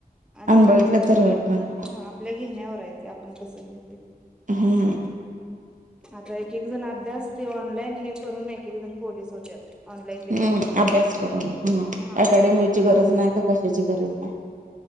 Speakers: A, in the centre; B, on the right.
A: आणि वाईट
B: बघितलं
A: पण
B: तर वाईट पण आहे
A: ह आपल्या इक घेण्यावर आहे ते आपण कसं घेत
B: हं.
A: आता एक एक जण अभ्यास ते ऑनलाईन हे करून एक एक जण पोलीस होत्यात. ऑनलाईन लेक्चर
B: हम्म
A: तेन
B: अभ्यास करून ह
A: हा
B: अकॅडमीची गरज नाही का कशाची गरज नाय.